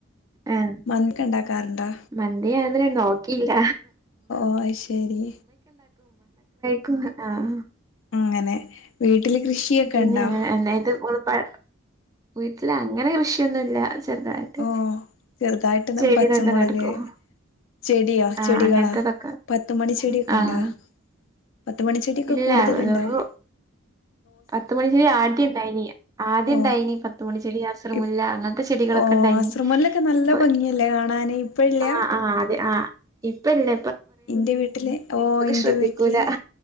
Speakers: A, on the right (about 15°); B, on the left (about 60°).
A: ആഹ്
B: മന്തിക്കണ്ടാകാറുണ്ടോ
A: മന്തി ഞാനിതുവരെ നോക്കിയില്ല
B: ഓ അയ്ശരി
A: കു ആഹ്
B: അങ്ങനെ വീട്ട വീട്ടില് കൃഷിയൊക്കെണ്ടോ
A: പിന്നെ അല്ലാതെ ഓള് പ വീട്ടില് അങ്ങനെ കൃഷിയൊന്നുല്ല ചെറുതായിട്ട്
B: ഓ ചെറുതായിട്ട്ന്ന
A: ചെടിതൊക്കെ
B: പച്ചമുളക്
A: നടക്കും
B: ചെടിയോ
A: ആഹ്
B: ചെടികളാ
A: അങ്ങനത്തതൊക്കെ
B: പത്തുമണി ചെടിയൊക്കെണ്ടാ
A: ആഹ്
B: പത്ത് മണി ചെടിയൊക്കെ
A: ഇല്ല
B: കൂടുതലുണ്ടാവും
A: വെറു പത്ത് മണിച്ചെടി ആദ്യണ്ടായിനി ആദ്യണ്ടായിനി
B: ഓ
A: പത്ത് മണിച്ചെടി സ് അസർമുല്ല
B: ഇപ്
A: അങ്ങനത്തെ ചെടികളൊക്കെണ്ടായിനി
B: ഓ അസർമല്ലൊക്കെ നല്ല
A: ഇപ്പൊ
B: ഭംഗിയല്ലേ കാണാന് ഇപ്പ ഇല്ല
A: ആ ആ അതെ ആ ഇപ്പ ഇപ്പല്ല
B: ഇന്റെ വീട്ടില് ഓ ഇന്റെ
A: ശ്രദ്ധിക്കൂല.
B: വീട്ടില്